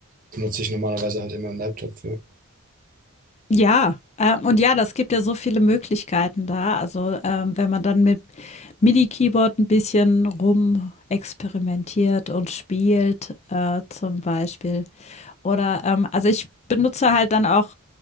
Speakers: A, on the right; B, on the left.
A: benutze ich normalerweise halt immer einen Laptop für.
B: Ja. Ähm, und ja, das gibt ja so viele Möglichkeiten da. Also ähm, wenn man dann mit MIDI-Keyboard ein bisschen rumexperimentiert und spielt, äh, zum Beispiel. Oder ähm, also ich benutze halt dann auch